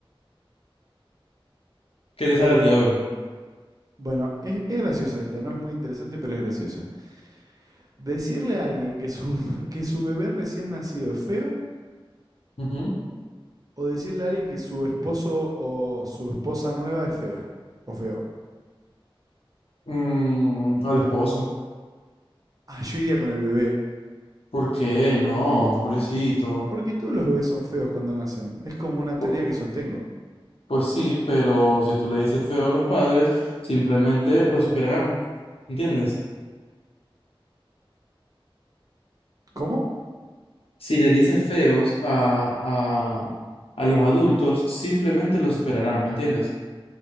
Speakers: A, on the left; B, on the right.
A: ¿Qué te
B: Eh,
A: sale a ti? A ver.
B: Bueno, es, es graciosa esta, no es muy interesante, pero es graciosa. Decirle a alguien que su, <laughs> que su bebé recién nacido es feo
A: Ujú.
B: o decirle a alguien que su esposo o su esposa nueva es fea o feo.
A: Mm, al esposo.
B: Ah, yo iría con el bebé.
A: ¿Por qué? No, pobrecito.
B: Porque todos los bebés son feos cuando nacen. Es como una teoría
A: Po-
B: que sostengo.
A: Pues sí, pero si tú le dices feo a los padres, simplemente lo superarán. ¿Entiendes?
B: ¿Cómo?
A: Si le dices feos a, a, a los adultos, simplemente lo superarán. ¿Entiendes?